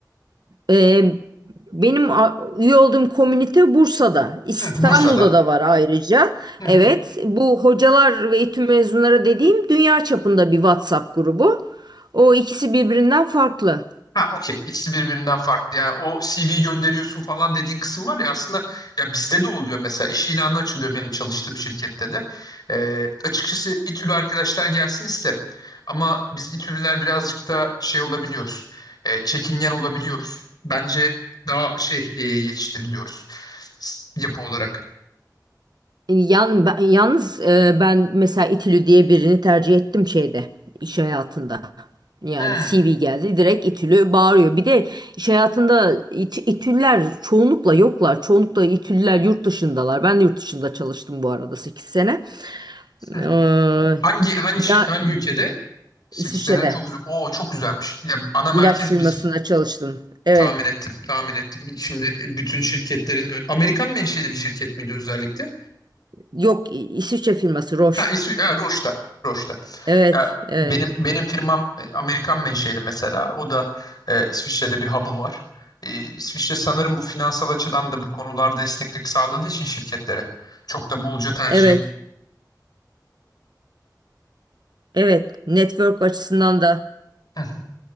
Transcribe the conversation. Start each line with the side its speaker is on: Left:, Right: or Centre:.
Right: Ee, benim a- üye olduğum komünite Bursa'da, İstanbul'da
Left: Hı, Bursa'da.
Right: da var ayrıca.
Left: Hı
Right: Evet,
Left: hı.
Right: bu hocalar ve eğitim mezunları dediğim dünya çapında bir WhatsApp grubu. O ikisi birbirinden farklı.
Left: Ha okey. İkisi birbirinden farklı. Yani o CV gönderiyorsun falan dediğin kısım var ya aslında ya bizde de oluyor mesela. iş ilanı açılıyor benim çalıştığım şirkette de. Ee, açıkçası İTÜ'lü arkadaşlar gelsin isterim. Ama biz İTÜ'lüler birazcık da şey olabiliyoruz. Ee, çekingen olabiliyoruz. Bence daha şey e, yetiştiriliyoruz s- yapı olarak.
Right: Yan, ben, yalnız e, ben mesela İTÜ'lü diye birini tercih ettim şeyde iş hayatında. Yani
Left: Hmm,
Right: CV geldi direkt İTÜ'lü bağırıyor. Bir de iş hayatında İT, İTÜ'lüler çoğunlukla yoklar. Çoğunlukla İTÜ'lüler yurt dışındalar. Ben de yurt dışında çalıştım bu arada 8 sene.
Left: hmm.
Right: Ee,
Left: Hangi hangi
Right: ya
Left: şi- hangi ülkede? 8
Right: İsviçre'de
Left: sene çok güzel. Oo çok güzelmiş. Ya ana merkez
Right: ilaç firmasında
Left: mi?
Right: çalıştım. Evet.
Left: Tahmin ettim, tahmin ettim. Şimdi e, bütün şirketlerin, Amerikan menşeli bir şirket miydi özellikle?
Right: Yok İ- İsviçre firması Roche.
Left: Ha, es ha Roche'da, Roche'da.
Right: Evet,
Left: Ya,
Right: evet,
Left: benim benim firmam e, Amerikan menşeli mesela. O da e, İsviçre'de bir hub'ı var. E, İsviçre sanırım bu finansal açıdan da bu konularda esneklik sağladığı için şirketlere çok da bolca tercih
Right: evet,
Left: ediliyor.
Right: evet. Network açısından da
Left: Hı hı.